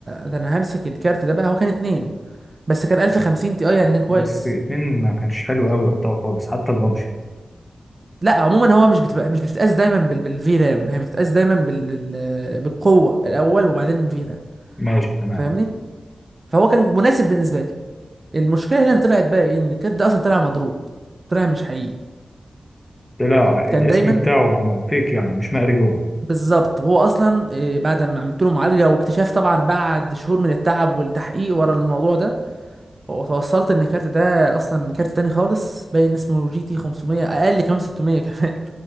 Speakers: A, on the right; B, on the left.
A: ده انا همسك الكارت ده بقى هو كان اتنين بس كان 1050 تي اي يعني كان كويس
B: بس اتنين ما كانش حلو قوي وقتها خالص حتى البابجي
A: لا عموما هو مش بتبقى مش بتتقاس دايما بال بالفي رام هي بتتقاس دايما بال بال- بالقوه الاول وبعدين في رام
B: ماشي تمام
A: فاهمني فهو كان مناسب بالنسبه لي المشكله هنا اللي طلعت بقى ايه ان الكارت ده اصلا طلع مضروب طلع مش حقيقي
B: طلع الاسم
A: كان دايما
B: بتاعه مع فيك يعني مش مقري جوه
A: بالظبط هو اصلا آه، بعد ما عملت له معالجه واكتشاف طبعا بعد شهور من التعب والتحقيق ورا الموضوع ده وتوصلت ان الكارت ده اصلا كارت تاني خالص باين اسمه جي تي 500 اقل كمان 600 كمان